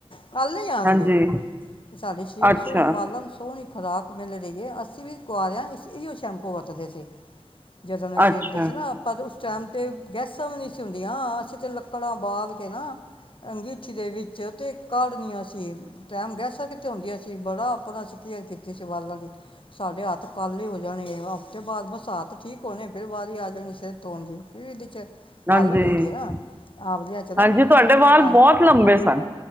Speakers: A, on the left (about 60°); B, on the right (about 20°).
A: ਕਾਲੇ ਹੀ ਆਣਗੇ।
B: ਹਾਂਜੀ,
A: ਸਾਡੇ ਛੇਨ
B: ਅੱਛਾ,
A: ਸੌ ਮ <unintelligible> ਖੁਰਾਕ ਮਿਲ ਰਹੀਏ, ਅਸੀਂ ਵੀ ਕੁਰਿਆਓ ਏਓ ਸ਼ੈਂਪੂ ਵਰਤਦੇ ਸੀ। ਜਦੋਂ ਅਸੀ
B: ਅੱਛਾ,
A: ਉੁੰਦੇ ਸੀ ਨਾ ਆਪਾਂ ਟਾਈਮ ਤੇ ਗੈਸਾਂ ਵੀ ਨਹੀਂ ਸੀ ਹੁੰਦੀਆਂ, ਅਸੀਂ ਤਾਂ ਲੱਕੜਾਂ ਬਾਲ ਕੇ ਨਾ, ਅੰਗੀਠੀ ਦੇ ਵਿੱਚ ਤੇ ਕੜਦੀਆਂ ਸੀ ਟਾਈਮ ਗੈਸ ਤਾਂ ਕਿੱਥੇ ਹੁੰਦੀਆਂ ਸੀ ਬੜਾ ਆਪਣਾ ਸੀਂ ਕੇਅਰ ਕੀਤੀ ਸੀ ਵਾਲਾਂ ਦੀ ਸਾਡੇ ਹੱਥ ਕੱਲ ਹੀ ਹੋ ਜਾਣੇ ਹਫ਼ਤੇ ਬਾਅਦ ਬਸਾਤ ਠੀਕ ਹੋਣੀ, ਫਿਰ ਬਾਹਦ ਹੀ ਆ ਜਾਣੀ ਸਿਰ ਧੋਣ ਦੀ ਫ ਇਹਦੇ ਚ ਕਾਲਕ
B: ਹਾਂਜੀ-
A: ਹੁੰਦੀ ਹੈ ਨਾ ਆਵਲਿਆਂ ਚ ਨਾ
B: ਹਾਂਜੀ, ਤੁਹਾਡੇ ਵਾਲ
A: ਕਾਲ
B: ਬਹੁਤ ਲੰਬੇ ਸਨ।